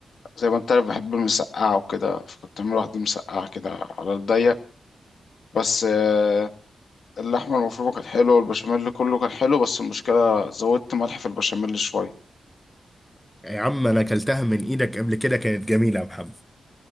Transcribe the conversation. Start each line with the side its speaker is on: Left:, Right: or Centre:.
Left: زي ما انت عارف بحب المسقعة وكده فكنت عامل واحدة مسقعة كده على الضيق بس آه اللحمة المفرومة كانت حلوة والبشاميل كله كان حلو بس المشكلة زودت ملح في البشاميل شوية
Centre: يا عم انا اكلتها من ايدك قبل كده كانت جميلة يا محمد.